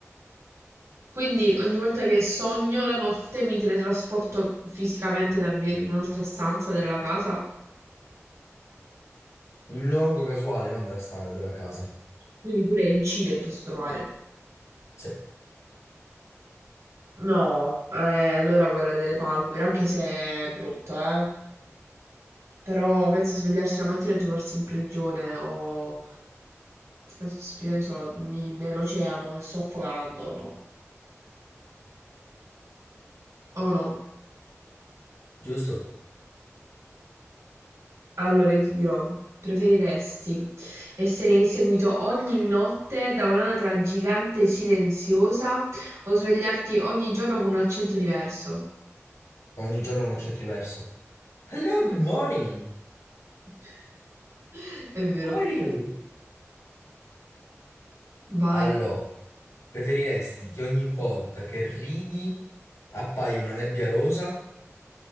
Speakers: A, on the right; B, on the left.
A: Quindi ogni volta che sogno la notte mi teletrasporto fisicamente davvero in un'altra stanza della casa.
B: In un luogo casuale, non della stanza, della casa.
A: Quindi pure in Cile posso trovare.
B: Sì,
A: No, eh, allora quella delle palpebre, anche se è brutto, eh. Però penso svegliarsi la mattina e trovarsi in prigione o che caspita ne so, in- nell'oceano e soffocando, no. O no.
B: giusto?
A: Allora ti dirò, preferiresti essere inseguito ogni notte da un'anatra gigante silenziosa o svegliarti ogni giorno con un accento diverso?
B: Ogni giorno un accento diverso. Hello,
A: Mm.
B: good morning.
A: <laughs> È vero.
B: How are you?
A: Vai.
B: Allora, Preferiresti che ogni volta che ridi appaia una nebbia rosa